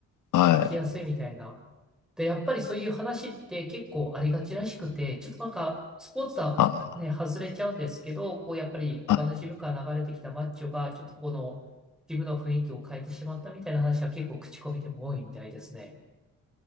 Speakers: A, on the left; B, in the centre.
A: はい。
B: 生きやすいみたいな。で、やっぱりそういう話って結構ありがちらしくて、ちょっとなんか、スポーツとはね、
A: あ、
B: 外れちゃうんですけど、こう、やっぱり他のジムから流れてきたマッチョが、
A: はい。
B: ちょっとこの、ジムの雰囲気を変えてしまったみたいな話は結構口コミでも多いみたいですね。